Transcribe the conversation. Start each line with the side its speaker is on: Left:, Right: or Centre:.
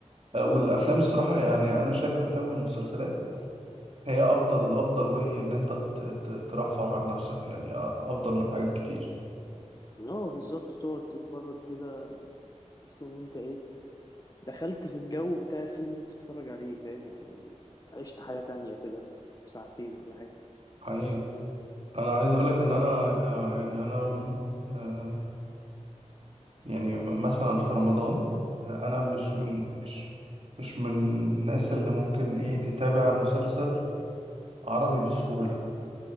Right: آه، والأفلام الصراحة يعني أنا شايف الأفلام والمسلسلات هي افضل
Left: مم.
Right: افضل وايه ان انت ت- ت- ترفه عن نفسك يعني افضل من حاجات كتير
Left: اه بالظبط تقعد تتفرج كده تحس ان انت ايه دخلت في الجو بتاع الفيلم اللي انت تتفرج عليه فاهم يعني وعشت حياة تانية كده في ساعتين ولا حاجة
Right: حقيقة انا عايز اقولك ان انا آه، يعني انا آه، يعني م- مثلا في رمضان آه، انا مش
Left: اه
Right: من مش مش من الناس اللي ممكن ايه تتابع مسلسل عربي بسهولة
Left: اه